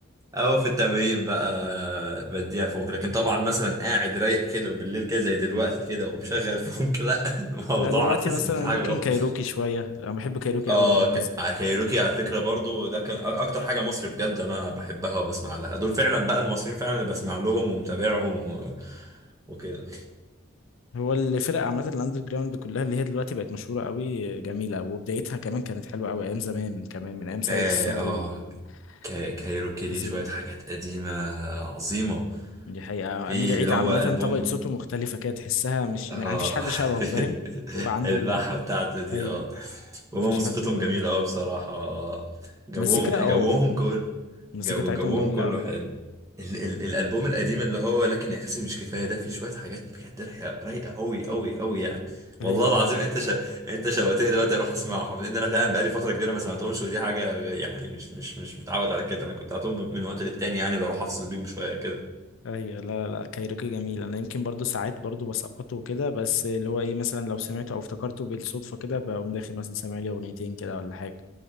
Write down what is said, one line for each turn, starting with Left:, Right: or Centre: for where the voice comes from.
Right: او في التمرين بقى بديها فونك لكن طبعا مثلا قاعد رايق كده وبالليل كده زي دلوقتي كده ومشغل فونك لا <laughs> الموضوع
Left: لا دلوقتي
Right: هتحس
Left: مثلا
Right: ان في حاجه
Left: ممكن
Right: غلط
Left: كايروكي شوية انا بحب كايروكي
Right: اه
Left: قوي بالمناسبة
Right: ك- آه، كايروكي على فكره برضو ده كان أ- اكتر حاجه مصري بجد انا بحبها وبسمع لها دول فعلا بقى المصريين فعلا اللي بسمع لهم ومتابعهم و... وكده
Left: هو الفرق عامة الاندر جراوند كلها اللي هي دلوقتي بقت مشهورة قوي جميلة وبدايتها كمان كانت حلوة قوي ايام زمان كمان من ايام سيد
Right: اه,
Left: الصاوي
Right: آه
Left: و...
Right: كاي-
Left: والتفاصيل
Right: كايروكي ليه شويه
Left: دي
Right: حاجات قديمه عظيمه
Left: دي حقيقة
Right: في
Left: أمير عيد
Right: اللي هو
Left: عامة
Right: البوم
Left: طبقة صوته مختلفة كده تحسها مش
Right: اه
Left: يعني مفيش حد شبهه فاهم
Right: <laughs>
Left: هو عنده
Right: البحة
Left: ال
Right: بتاعته دي
Left: أي
Right: اه وهما
Left: مفيش
Right: موسيقتهم
Left: حد زي
Right: جميلة اه بصراحة آه. جوهم
Left: مزيكا اه
Right: جوهم كله
Left: المزيكا
Right: جو
Left: بتاعتهم
Right: جوهم
Left: جميلة
Right: كله
Left: أوي
Right: حلو ال ال الألبوم القديم اللي هو لكن إحساسي مش كفاية ده فيه شوية حاجات بجد رايقة رايقة أوي أوي أوي يعني والله
Left: أيوه
Right: العظيم أنت ش... أنت شوقتني دلوقتي أروح أسمعهم لأن أنا فعلا بقالي فترة كبيرة ما سمعتهمش ودي حاجة يعني مش مش مش متعود على كده أنا كنت على طول من وقت للتاني يعني بروح أفصل بيهم شوية
Left: أيوه لا لا كايروكي جميل أنا يمكن برضو ساعات برضو بسقطه كده بس اللي هو إيه مثلا لو سمعته أو افتكرته بالصدفة كده بقوم داخل مثلا سامع لي أغنيتين كده ولا حاجة